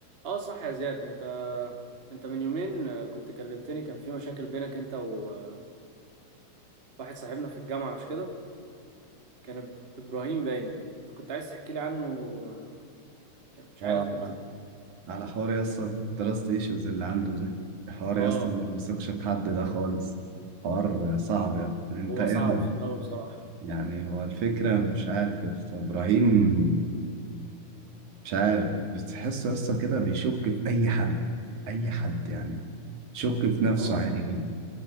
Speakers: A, on the right (about 20°); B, on the right (about 70°).
A: اه صح يا زياد انت انت من يومين آه، كنت كلمتني كان في مشاكل بينك انت وواحد صاحبنا في الجامعة مش كده كان ابراهيم باين انت كنت عايز تحكي لي عنه آه، كان- مش
B: اه
A: عارف
B: على
A: كنت
B: على حوار يا اسطى التراست ايشوز اللي عنده دي حوار
A: اه
B: يا اسطى ما بيثقش في حد ده خالص حوار صعب يا اسطى يعني انت
A: هو
B: ايه
A: صعب
B: رأيك
A: فيه اه بصراحة
B: يعني هو الفكرة مش عارف يا اسطى ابراهيم مش عارف بتحسه يا اسطى كده بيشك في اي حد اي حد يعني شك في نفسه
A: هو انت
B: عادي جدا